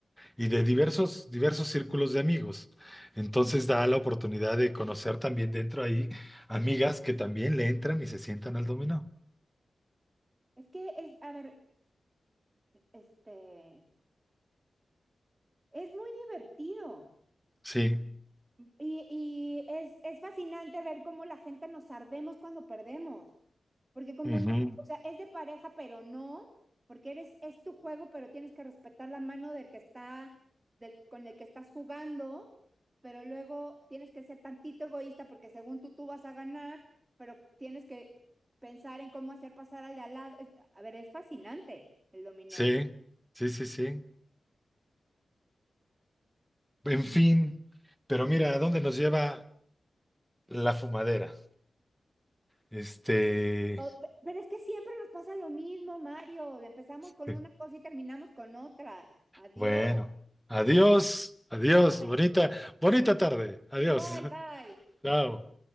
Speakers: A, in the centre; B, on the right.
A: y de diversos, diversos círculos de amigos. Entonces da la oportunidad de conocer también dentro ahí amigas que también le entran y se sientan al dominó.
B: Es que es, a ver, este, es muy divertido
A: Sí,
B: y, y es, es fascinante ver cómo la gente nos ardemos cuando perdemos. Porque como
A: ujú,
B: no, o sea, es de pareja, pero no, porque eres, es tu juego, pero tienes que respetar la mano del que está, del, con el que estás jugando, pero luego tienes que ser tantito egoísta porque según tú, tú vas a ganar, pero tienes que pensar en cómo hacer pasar al de al lado. Es- a ver, es fascinante el dominó.
A: Sí, sí, sí, sí. En fin, pero mira, ¿a dónde nos lleva la fumadera? Este,
B: O- pe- pero es que siempre nos pasa lo mismo, Mario. Empezamos
A: <laughs>
B: con una cosa y terminamos con otra. Adiós,
A: bueno, adiós, adiós,
B: bye,
A: bonita, bonita tarde, adiós,
B: igual, bye.
A: <laughs> chao.